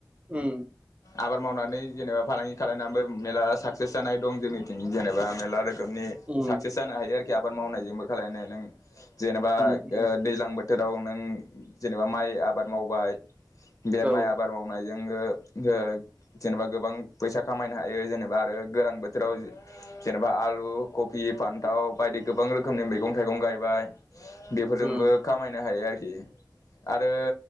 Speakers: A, on the right; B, on the left.
A: उम
B: आबाद मावनानै जेनेबा फालांगि खालायनाबो मेरला साक्सेस जानाय दं जोंनिथिं जेनेबा मेरला आरो खोमनि
A: उम
B: साक्सेस जानो हायो आरो खि आबाद मावनायजोंबो खालायनाया नों जेनेबा
A: उम उम
B: ओ दैज्लां बो थोराव नों जेनेबा माइ आबाद मावबाय बे
A: औ
B: माइ आबाद मावनाय जोङो ओ जेनेबा गोबां फैसा खामायनो हायो जेनेबा आरो गोरान बोथोराव जेनेबा आलु कफि फान्थाव बायदि गोबां रोखोमनि मैगं थाइगं गायबाय। बेफोरजोंबो
A: उम
B: खामायनो हायो आर खि आरो